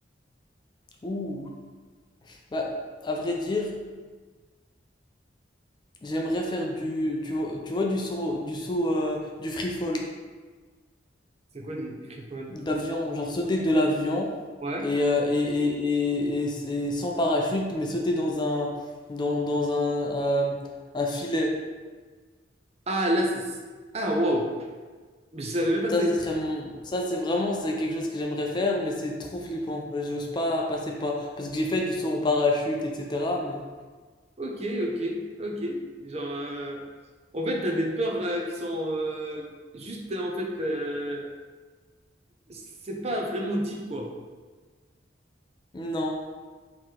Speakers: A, on the left; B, on the right.
A: Ouh. Bah, à vrai dire, j'aimerais faire du, tu vois, tu vois, du saut, du saut, euh, du free fall
B: C'est quoi, les frivoles?
A: d'avion, genre sauter de l'avion
B: Ouais.
A: et, euh, et, et, et, et- et sans parachute, mais sauter dans un, dans, dans un, euh, un filet.
B: Ah, là, c'est... Ah, wow. Mais je savais même pas
A: Ça,
B: que ça
A: ce serait mon... Ça, c'est vraiment, c'est quelque chose que j'aimerais faire, mais c'est trop flippant. J'ose pas passer le pas. Parce que j'ai fait du saut en parachute, etc., mais...
B: Ok, ok, ok. Genre, euh, en fait, t'as des peurs euh, qui sont euh, juste, euh, en fait, euh, c'est pas vraiment deep, quoi.
A: Non.